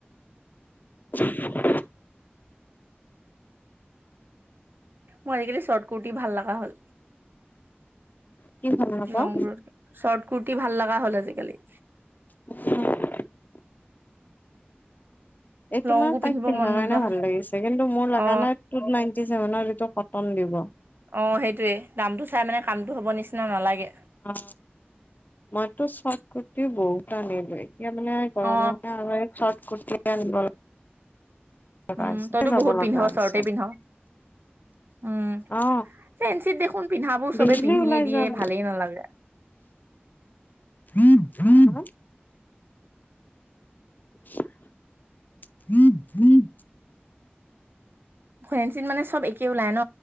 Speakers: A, on the left (about 50°); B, on the right (about 60°).
A: <inaudible>
B: মোৰ আজিকালি চৰ্ত কুৰ্তি ভাল লগা হ'ল।
A: কি ভাল নাপাওঁ
B: লং বোৰতকে চৰ্ত কুৰ্টি ভাল লগা হ'ল আজিকালি।
A: উম, এই
B: লংবোৰ
A: তোমাৰ
B: পিন্ধিব
A: তাইক পিন্ধাৰ
B: মন নোযোৱা
A: কাৰণে ভাল
B: হ'ল
A: লাগিছে কিন্তু মোৰ লগা
B: অ
A: নাই টু নাইনটি চেভেনৰ এইটো কটন দিব।
B: অ, সেইটোৱে দামটো চাই মানে কামটো হ'ব নিচিনা নালাগে।
A: অ, মইতো চৰ্ত কুৰ্টি বহুত আনিলো এতিয়া মানে
B: অ
A: মানে আৰু চৰ্ট কুৰ্তি আনিব লগা
B: উম,
A: হৈছে
B: তইতো
A: যাব
B: বহুত
A: লগা
B: পিন্ধ
A: হৈছে
B: চৰ্টে পিন্ধ। উম,
A: অ
B: ফেঞ্চিত দেখোন পিন্ধাবোৰ
A: ডেইলি
B: চবে পিন্ধিয়ে
A: ওলাই
B: দিয়ে
A: যাম
B: ভালেই নালাগে। <inaudible>
A: <unintelligible> <inaudible>
B: ফেঞ্চিত মানে চব একে ওলাই ন